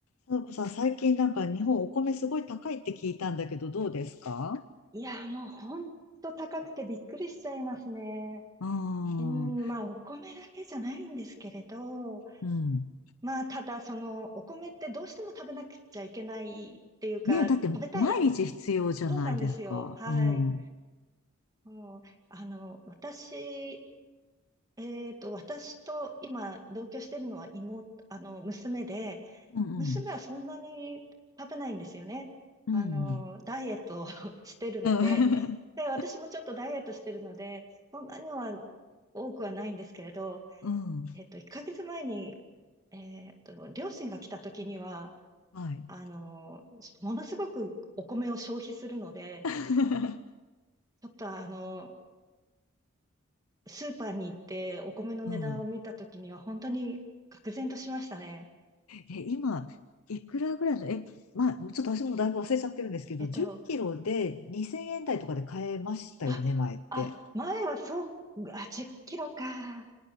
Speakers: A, on the left; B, on the right.
A: ただこさん、最近なんか日本お米すごい高いって聞いたんだけど、どうですか
B: いや、もうほんと高くてびっくりしちゃいますね。
A: ああ、
B: うん、まあ、お米だけじゃないんですけれど、
A: うん。
B: まあ、ただ、その、お米ってどうしても食べなくちゃいけないっていうか、
A: ねえ、だって毎日必要じゃないですか。
B: 食べたい。そうなんですよ。はい。
A: うん。うん
B: もう、あの、私、えっと、私と今、同居してるのは妹、あの、娘で、
A: うん。
B: 娘はそんなに食べないんですよね。
A: うん。
B: あの、
A: うん。
B: ダイエットを <laughs> してるので、
A: うんうん。<laughs>
B: で、私もちょっとダイエットしてるので、そんなには多くはないんですけれど、
A: うん
B: えっと、1ヶ月前に、えっと、両親が来た時には、
A: はい。
B: あの、ものすごくお米を消費するので、
A: <laughs>
B: ちょっとあの、スーパーに行ってお米の値段を見た時には本当に愕然としましたね。
A: うん。え、今、いくらぐらいの、え、まあ、ちょっと私もだいぶ忘れちゃってるんですけど、
B: えっと、
A: 10キロで2000円台とかで買えましたよね、
B: あ、
A: 前って。
B: あ、前はそう、あ、10キロか。